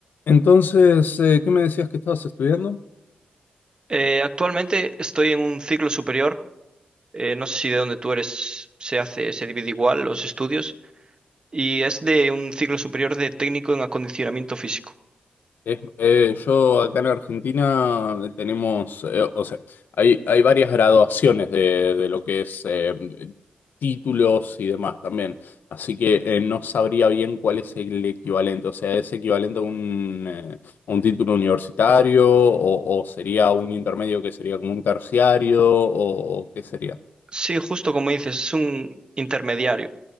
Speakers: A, on the left; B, on the right.
A: Entonces, eh, ¿qué me decías que estabas estudiando?
B: Eh, actualmente estoy en un ciclo superior, eh, no sé si de donde tú eres se hace, se divide igual los estudios, y es de un ciclo superior de técnico en acondicionamiento físico.
A: Es- eh, yo acá en Argentina eh, tenemos, eh, o sea, hay, hay varias graduaciones de, de lo que es eh, títulos y demás también. Así que eh, no sabría bien cuál es el equivalente. O sea, ¿es equivalente a un, eh, a un título universitario o, o sería un intermedio que sería como un terciario o, o qué sería?
B: Sí, justo como dices, es un intermediario.